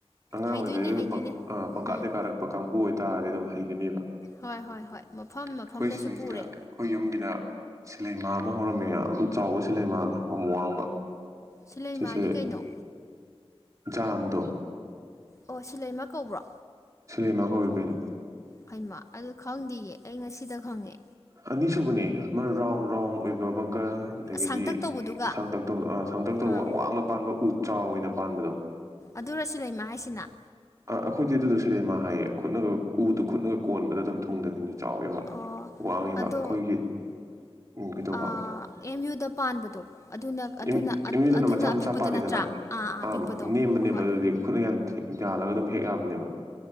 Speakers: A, on the right; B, on the left.
A: ꯑꯉꯥꯡ
B: ꯍꯩꯗꯣꯏꯅꯦ
A: ꯑꯣꯏꯔꯤꯉꯩꯗ ꯑꯗꯨꯝ
B: ꯍꯩꯗꯣꯏꯅꯦ
A: ꯄꯪ ꯄꯪꯀꯥꯗ
B: ꯎꯝ
A: ꯀꯥꯔꯛꯄ ꯀꯥꯡꯕꯨ ꯑꯣꯏꯇꯥꯔꯗꯤ ꯑꯗꯨꯝ ꯍꯩꯒꯅꯦꯕ
B: ꯍꯣꯏ ꯍꯣꯏ ꯍꯣꯏ ꯃꯐꯝ
A: ꯑꯩꯈꯣꯏ
B: ꯃꯐꯝꯗꯁꯨ
A: ꯁꯤꯗꯩꯁꯤꯗ
B: ꯄꯨꯔꯦ
A: ꯑꯩꯈꯣꯏ ꯌꯨꯝꯒꯤꯗ ꯁꯤꯂꯩꯃꯥ ꯑꯃ ꯍꯧꯔꯝꯃꯦ ꯌꯥꯝ ꯆꯥꯎꯕ ꯁꯤꯂꯩꯃꯥ ꯑꯃ ꯌꯥꯝ ꯋꯥꯡꯕ
B: ꯁꯤꯂꯩꯃꯥꯗꯤ
A: ꯁꯤꯁꯦ
B: ꯀꯩꯅꯣ
A: ꯖꯥꯝꯗꯣ
B: ꯑꯣ ꯁꯤ ꯂꯩꯃ ꯀꯧꯕ꯭ꯔꯣ
A: ꯁꯤꯂꯩꯃꯥ ꯀꯧꯋꯤ ꯀꯩꯅꯣ
B: ꯍꯩꯃ ꯑꯗꯨ ꯈꯪꯗꯤꯌꯦ ꯑꯩ ꯉꯁꯤꯗ ꯈꯪꯉꯦ
A: ꯑꯅꯤꯁꯨꯕꯅꯤ ꯑꯃ ꯔꯥꯎꯟ ꯔꯥꯎꯟ ꯑꯣꯏꯕ ꯑꯃ ꯀ ꯑꯗꯒꯤꯗꯤ
B: ꯁꯥꯡꯇꯛ ꯇꯧꯕꯗꯨꯒ
A: ꯁꯥꯡꯇꯛ ꯁꯥꯡꯇꯛ ꯇꯧꯕ
B: ꯑꯥ
A: ꯑꯋꯥꯡꯅ ꯄꯥꯟꯕ ꯎ ꯆꯥꯎ ꯑꯣꯏꯅ ꯄꯥꯟꯕꯗꯣ
B: ꯑꯗꯨꯔ ꯁꯤꯂꯩꯃ ꯍꯥꯏꯁꯤꯅ
A: ꯑ ꯑꯩꯈꯣꯏꯗꯤ ꯑꯗꯨꯗ ꯁꯤꯂꯩ ꯃꯥ ꯍꯥꯏꯌꯦ ꯈꯨꯠꯅꯒ ꯎꯗꯨ ꯈꯨꯠꯅꯒ ꯀꯣꯟꯕꯗ ꯑꯗꯨꯝ ꯊꯨꯡꯗꯕꯤꯅꯤ ꯆꯥꯎꯋꯦꯕ
B: ꯑꯣ
A: ꯋꯥꯡꯉꯦꯕ
B: ꯑꯗꯣ
A: ꯑꯩꯈꯣꯏꯒꯤ ꯎꯝ ꯀꯩꯗꯧꯕ
B: ꯑꯦꯝ ꯌꯨꯗ ꯄꯥꯟꯕꯗꯣ ꯑꯗꯨꯅ ꯑꯗꯨꯅ
A: ꯑꯦꯝ ꯑꯦꯝ ꯌꯨꯗꯅ
B: ꯑꯗꯨꯅ
A: ꯃꯆꯥ
B: ꯑꯄꯤꯛꯄꯗꯣ
A: ꯃꯆꯥ ꯄꯥꯜꯂꯤꯗꯅ
B: ꯅꯠꯇ꯭ꯔꯥ
A: ꯑꯥ
B: ꯑꯄꯤꯛꯄꯗꯣ
A: ꯅꯦꯝꯕꯅꯦꯕ
B: ꯍꯣꯏ ꯍꯣꯏ
A: ꯑꯗꯨꯗꯤ ꯈꯨꯠꯅꯟ ꯌꯥꯜꯂꯒ ꯑꯗꯨꯝ ꯍꯦꯛ ꯌꯥꯕꯅꯦꯕ